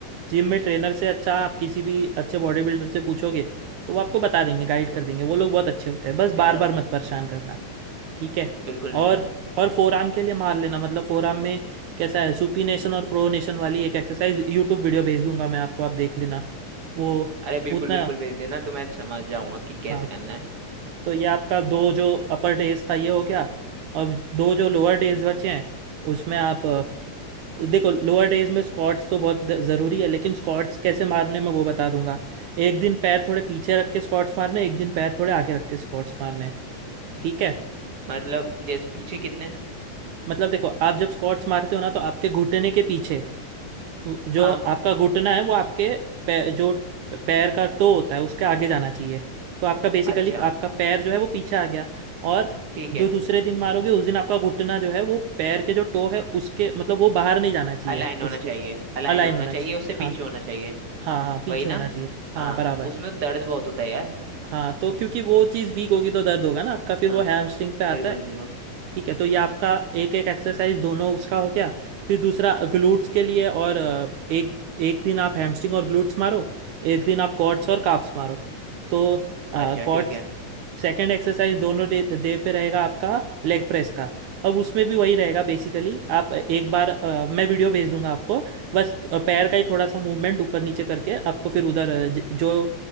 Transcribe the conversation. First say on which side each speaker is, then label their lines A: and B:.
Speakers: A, on the right (about 75°); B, on the right (about 50°).
A: जिम में ट्रेनर से अच्छा आप किसी भी अच्छे बॉडी बिल्डर से पूछोगे तो वो आपको बता देंगे गाइड
B: तो
A: कर देंगे वो लोग बहुत अच्छे होते हैं बस
B: चलो
A: बार बार मत परेशान करना ठीक है
B: बिल्कुल बिल्कुल
A: और और फोर आर्म के लिए मार लेना मतलब फोर आर्म में कैसा है सुपीनेशन और प्रोनेशन वाली एक एक्सरसाइज यूट्यूब वीडियो भेज दूंगा मैं आपको आप देख लेना वो
B: अरे बिल्कुल
A: उतना
B: बिल्कुल भेज देना तो मैं समझ जाऊंगा कि कैसे
A: हाँ
B: करना है
A: तो ये आपका दो जो अपर डेज था ये हो गया अब दो जो लोअर डेज बचे हैं उसमें आप अ, देखो लोअर डेज में स्क्वाट्स तो बहुत द- ज़रूरी है लेकिन स्क्वाट्स कैसे मारने मैं वो बता दूंगा एक दिन पैर थोड़े पीछे रख के स्क्वाट्स मारने हैं, एक दिन पैर थोड़े आगे रख के स्क्वाट्स मारने हैं ठीक है
B: मतलब जैसे पीछे कितने
A: मतलब देखो आप जब स्क्वाट्स मारते हो ना तो आपके घुटने के पीछे जो
B: हाँ
A: आपका घुटना है वो आपके पैर जो पैर का टो होता है उसके आगे जाना चाहिए तो आपका बेसिकली
B: अच्छा
A: आपका पैर जो है वो पीछे आ गया और
B: ठीक
A: जो
B: है
A: दूसरे दिन मारोगे उस दिन आपका घुटना जो है वो पैर के जो टो है उसके मतलब वो बाहर नहीं जाना चाहिए
B: अलाइन होना
A: उसके
B: चाहिए अलाइन
A: अलाइन
B: होना
A: होना
B: चाहिए
A: चाहिए
B: उससे पीछे
A: हाँ
B: होना चाहिए
A: हाँ हाँ पीछे
B: वही ना
A: होना चाहिए हाँ
B: हाँ
A: बराबर
B: उसमें दर्द बहुत होता है यार
A: हाँ तो क्योंकि वो चीज़ वीक होगी तो दर्द होगा ना आपका फिर
B: हाँ
A: वो हैमस्ट्रिंग्स पे आता
B: बिल्कुल
A: है
B: बिल्कुल
A: ठीक है तो ये आपका एक एक एक्सरसाइज दोनों उसका हो गया फिर दूसरा ग्लूट्स के लिए और अ, एक एक दिन आप हैमस्ट्रिंग और ग्लूट्स मारो एक दिन आप क्वाड्स और काफ्स मारो तो क्वाड्स
B: अच्छा ठीक है
A: सेकेंड एक्सरसाइज दोनों डे, डे पे रहेगा आपका लेग प्रेस का अब उसमें भी वही रहेगा बेसिकली आप एक बार अ, मैं वीडियो भेज दूंगा आपको बस अ, पैर का ही थोड़ा सा मूवमेंट ऊपर नीचे करके आपको फिर उधर अ, ज- जो